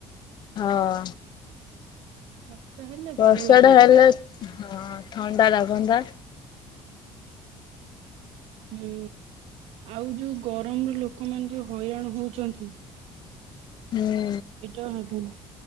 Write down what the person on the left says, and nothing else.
ହଁ
ବର୍ଷା
ଟା ହେଲେ, ହଁ ଥଣ୍ଡା ଲାଗନ୍ତା।
ହୁଁ